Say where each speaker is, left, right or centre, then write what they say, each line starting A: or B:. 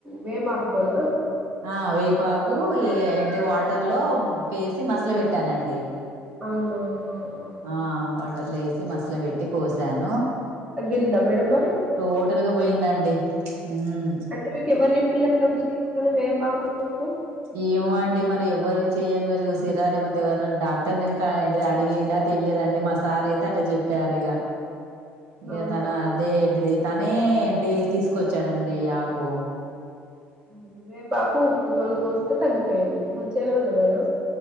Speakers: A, on the right; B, on the right.
A: వేపాకు తోన
B: ఆ వేపాకు ఏంటి వాటర్ లో పెసి మసుల పెట్టానండి
A: అవునా అహ
B: ఆ వాటర్లో యేసి మసుల పెట్టి పోసాను
A: తగ్గింద మేడమ్ మరి
B: టోటల్గా పోయిందండి మ్
A: అంటే మీకెవర్ చెప్పిల్ అట్లా వేపాకు <unintelligible>
B: ఏమో అండి మరి ఎవరి చేయంగా చూసిరా లేకపోతే ఎవరినైనా డాక్టర్ని క అడిగిండా తెలియదండి మస్ సార్ అయితే అట్ట చెప్పారు ఇగ ఇగ
A: అవునా
B: తను అదే ఏంటిది తనే ఏంటి తీసుకొచ్చాడండి ఆకు
A: అవునా వేపాకు ఉప్పు తొనీ పోస్తే తగ్గిపోయింది మంచిగనే ఉంది మేడం